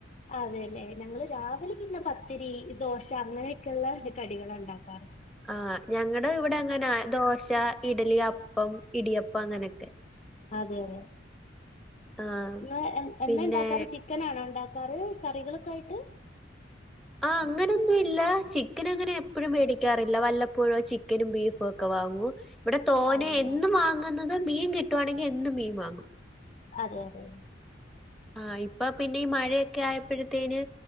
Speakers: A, on the left; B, in the centre.
A: അതെല്ലെ ഞങ്ങള് രാവിലെ പിന്നെ പത്തിരി, ദോശ അങ്ങനെയൊക്കെയുള്ള കടികളാ ണ്ടാക്കാറ്
B: ആഹ് ഞങ്ങടെ ഇവിടങ്ങനാ ദോശ, ഇഡലി അ പ്പം ഇടിയപ്പം അങ്ങനെക്കെ
A: അതെയെ
B: ആഹ്
A: ഇന്ന് എന്ന
B: പിന്നെ
A: ഒണ്ടാക്കാറ് ചിക്കൻ ആണോ ഒ കറി കറികളൊക്കെ ആയിട്ട്
B: ആ അങ്ങനൊന്നും ഇല്ല ചിക്കൻ അങ്ങനെ എപ്പോഴും മേടിക്കാറില്ല വല്ലപ്പോഴും ചിക്കനും ബീഫും ഒക്കെ വാ വാങ്ങൂ ഇവിടെ തോനെ
A: അതെല്ലേ
B: എന്നും വാങ്ങുന്നത് മീൻ കിട്ടുവാണെങ്കി എന്നും മീൻ വാങ്ങും
A: അതെ അതെ
B: ആ ഇപ്പൊ പിന്നെ ഈ മഴയൊക്കെ ആയപ്പോഴ്ത്തേന്